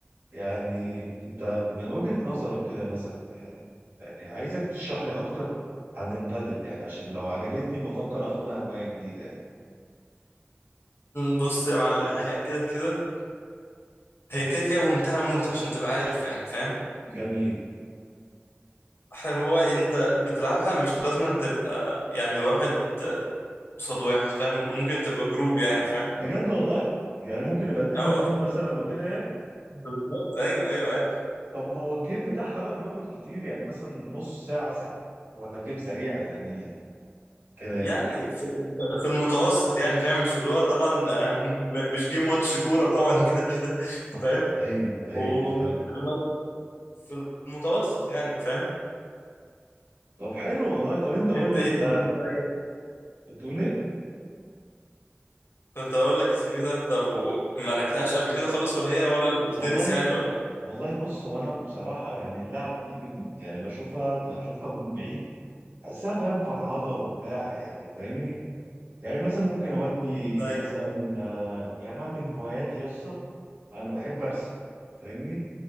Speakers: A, on the right (about 50°); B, on the left (about 65°).
A: يعني انت من وجهة نظرك كده مثلا يعني يعني عايزك تشرح لي اكتر عن البدل يعني عشان لو عجبتني بفكر اخدها هواية جديدة يعني
B: بص يا معلم هي كده كده هي كده كده ممتعه موت عشان تبقى عارف يعني فاهم
A: جميل
B: حلو هو انت بتلعبها مش لازم أن تبقى يعني واحد قصاد واحد فاهم ممكن تبقى جروب يعني فاهم
A: بجد والله يعني ممكن يبقى اتنين
B: اه
A: واتنين مثلا
B: والله
A: وكده يعني؟
B: بالظبط ايوه ايوه عادي
A: طب هو الجيم بتاعها بقى بيقعد كتير يعني مثلا نص ساعة ساعة ولا الجيم سريع يعني كده
B: يعني
A: يعني
B: في في المتوسط يعني فاهم مش اللي هو طبعا <laughs> آه، م- مش جيم ماتش كوره طبعا <laughs> كده كده فاهم
A: ايوه
B: ومش
A: ايوه فاهم
B: اللي هو في المتوسط يعني فاهم
A: طب حلو والله طب انت قول
B: انت
A: لي
B: ايه
A: انت
B: الدنيا طيب
A: بتقول ايه
B: كنت اقول لك اسمه ايه ده طب و- ما لعبتهاش قبل كده خالص ولا هي ولا التنس
A: والله
B: يعني ولا ايه
A: والله بص هو انا بصراحة يعني اللعب دي بن- يعني بشوفها بشوفها من بعيد بحسها فاهم فرهضة وبتاع يعني فاهمني يعني مثلا ممكن اودي
B: ايوه
A: مثلا آه، يعني انا من هواياتي يسطا انا بحب ارسم فاهمني